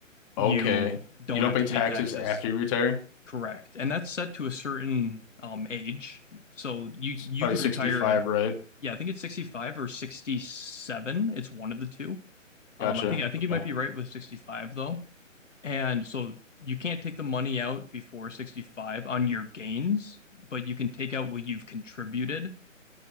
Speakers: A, on the left; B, on the left.
A: you
B: Okay.
A: don't
B: You don't
A: have
B: pay
A: to
B: taxes
A: pay taxes
B: after you retire?
A: Correct. And that's set to a certain um age. So you you
B: It's probably
A: could
B: 65,
A: retire at
B: right?
A: yeah, I think it's 65 or 67. It's one of the two. Um
B: Gotcha.
A: I think I think
B: Okay.
A: you might be right with 65 though. And so you can't take the money out before 65 on your gains, but you can take out what you've contributed.